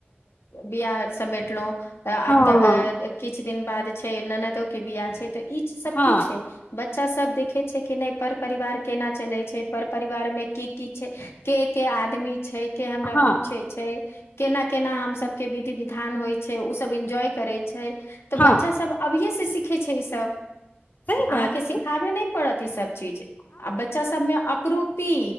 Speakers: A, on the left (about 85°); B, on the left (about 45°).
A: बिियाह समेटलहुँ आब
B: हँ
A: त किछु किछु दिन बाद छै ननदो के बिआाह छै त ई सब
B: हँ
A: की छै बच्चा सब देखे छै कि नहि पर परिवार केना चले छै पर परिवार मे की की छै के के आदमी छै के हमरा
B: हँ
A: पूछे छै केना केना हम सब के विधि विधान होय छै उ सब एन्जॉय करे छै तऽ
B: हँ
A: बच्चा सब अबिय से सीखै छै ई सब
B: सही
A: अहाँके
B: बात छै
A: सिखाबे नहि पड़त ई सब चीज आ बच्चा सभमे आपरूपी